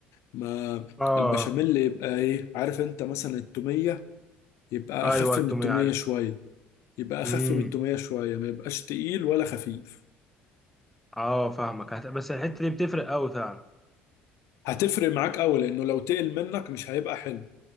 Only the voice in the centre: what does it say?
آه
أيوه
التومية
عارف
مم.
آه فاهمك هت- بس الحتة دي بتفرق أوي فعلا